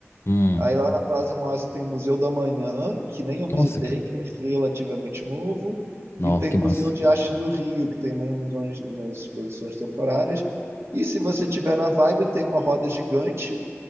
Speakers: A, on the left; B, on the right.
A: hum.
B: Aí lá na Praça Mauá tem o Museu da Manhã, que nem eu
A: Nossa,
B: visitei,
A: cara.
B: que é relativamente novo,
A: Nossa,
B: e tem
A: que
B: o Museu
A: massa.
B: de Arte do Rio, que tem umas, musões- umas exposições temporárias. E se você tiver na vibe, tem uma roda gigante